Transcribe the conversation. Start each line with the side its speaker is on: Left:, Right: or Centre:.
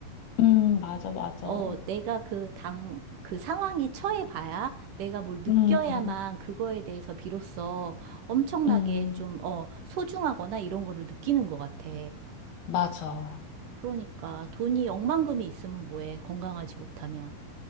Left: 음, 맞아, 맞아.
Right: 어, 내가 그 당, 그 상황에 처해 봐야 내가 뭘 느껴야만
Left: 음,
Right: 그거에 대해서 비로소 엄청나게
Left: 음,
Right: 좀, 어, 소중하거나 이런 거를 느끼는 것 같아.
Left: 맞아.
Right: 그러니까 돈이 억만금이 있으면 뭐해, 건강하지 못하면.